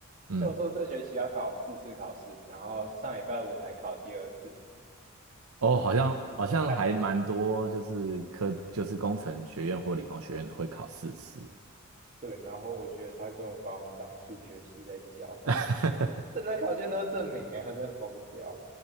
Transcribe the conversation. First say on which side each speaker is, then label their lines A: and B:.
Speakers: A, on the right (about 85°); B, on the right (about 40°).
A: 嗯，
B: 教授这学期要考四次考试，然后上礼拜五才考第二次，
A: 哦，好像好像还蛮多，
B: 周三
A: 就是科就是工程学院或理工学院的会考四次，
B: 对，然后我觉得他根本把我们当数学系在教，他们
A: <laughs>
B: 正张考卷都证明哎、我真的疯掉。